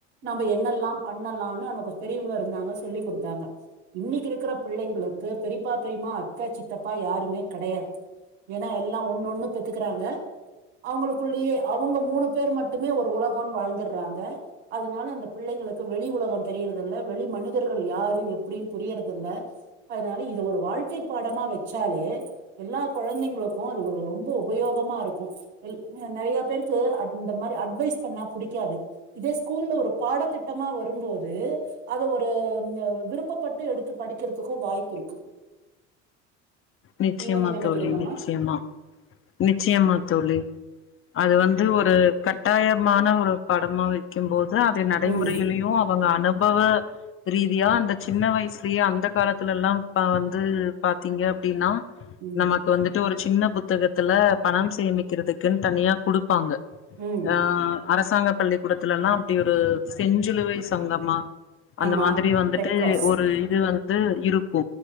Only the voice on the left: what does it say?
நிச்சியமா
தோழி நிச்சியமா நிச்சயமா தோழி அது வந்து ஒரு கட்டாயமான ஒரு படமா வெக்கும்போது து அதை நடைமுறையில்லையு
அப் அவுங்க அனுபவ ரீதியா அந்த சின்ன வயசுலயே அந்த காலத்துலலா ப வந்து பாத்தீங்க டீனா
நமக்கு வந்துட் டு ஒரு சின்ன புத்தகத்துல பணம் சேமிக்கிறதுக்குன் தனியா குடுப்பாங்க
ஆ அரசாங்க பள்ளிக்கூடத்துலலா அப்டி ஒரு செஞ்சிலுவை சங்கமா அந்த
மாதிரி வந்துட்டு
ஒரு இது வந்து வந்து இருக்